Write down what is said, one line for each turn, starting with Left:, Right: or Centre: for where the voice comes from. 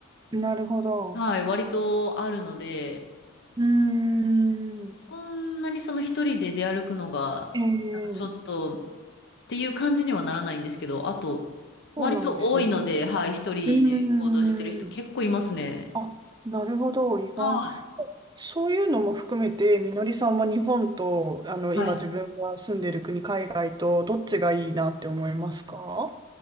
Right: なるほど。
Left: はい、割とあるので、
Right: うーん。
Left: そんなにその一人で出歩くのが、
Right: えん
Left: なんかちょっと、っていう感じにはならないんですけど、あと、割と多いので、
Right: そうなんですね。
Left: はい、一人で行動してる人結構いますね。
Right: うーん。あ、なるほど。意外
Left: はい。
Right: そういうのも含めて、みのりさんは日本と、あの、
Left: はい。
Right: 今自分が住んでる国、海外と、どっちがいいなって思いますか